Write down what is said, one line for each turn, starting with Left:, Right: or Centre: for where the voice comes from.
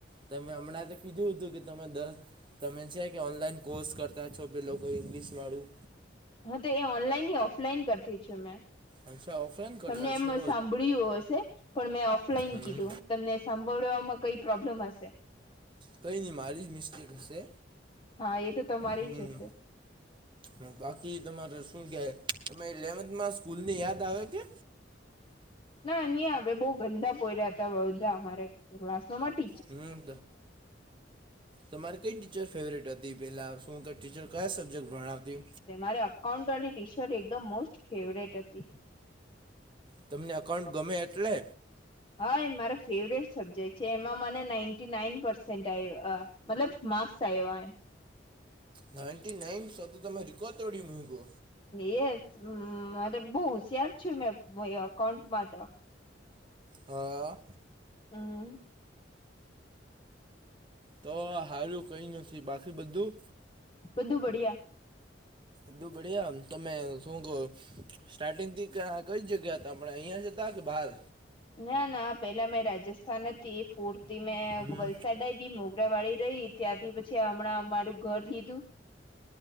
Right: તમે હમણાં તો કીધું હતું કે તમે દસ તમે છે કે ઓનલાઈન કોર્સ કરતા છો પેલો કોઇ ઇંગ્લિશ વાળું
Left: હા તો એ ઓનલાઈન ની ઓફલાઈન કરતી છું મેં.
Right: અચ્છા ઓફલાઈન કરતા
Left: તમને એમ
Right: છો
Left: સાંભળ્યું હશે પણ મેં ઓફલાઈન
Right: હમ
Left: કીધું તમને સાંભળવામાં કંઈ પ્રોબ્લેમ હશે?
Right: કંઈ નહી મારી જ મિસ્ટીક હશે.
Left: હા એ તો તમારી
Right: હમ્મ.
Left: જ હશે
Right: હ બાકી તમારે શું કે તમે ઇલેવન્થમાં સ્કૂલ ની યાદ આવે કે
Left: ના નહી આપડે બહુ ગંદા પોર્યા હતા બધા અમારેસમાં
Right: હમ તમારે કઈ ટીચર ફેવરેટ હતી પેલા શું કે ટીચર કયા સબ્જેક્ટ ભણાવતી
Left: મારે અકાઉન્ટવાલી ટીસર એકદમ મોસ્ટ ફેવરેટ હતી.
Right: તમને
Left: <inaudible>
Right: અકાઉન્ટ ગમે એટલે
Left: હા એ મારા ફેવરેટ સબ્જેક્ટ છે એમાં મને નાન્ટી નાઇન પરસે સેન્ટ મતલબ માર્કસ આયવા એમ
Right: નાન્ટી નાઈન શો તો તમે રિકકોર્ડ તોડી મુઇકો
Left: યેશ મારે બહ હોશિયાર છું મેં અકાઉન્ટમાં તો
Right: હા
Left: હમ્મ
Right: તો આ હારૂ કંઈ નથી બાકી બધું
Left: બધું બડિયા
Right: બધું બડિયા તમે શું કહો સ્ટાર્ટિંગથી કઈ જગ્યા હતા આપણે અહીંયા જતા કે બહાર
Left: ના ના પેલા મેં રાજસ્થાન હતી ફૂર થી મેં
Right: હમ
Left: વલસાડા બી મોગ વાળી રહી ત્યાંથી પછી હમણાં મારું ઘર લીધું